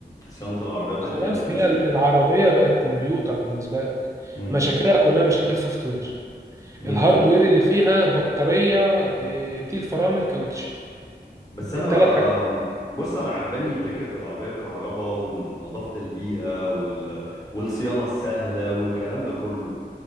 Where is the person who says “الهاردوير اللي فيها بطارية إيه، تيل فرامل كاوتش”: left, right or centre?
Right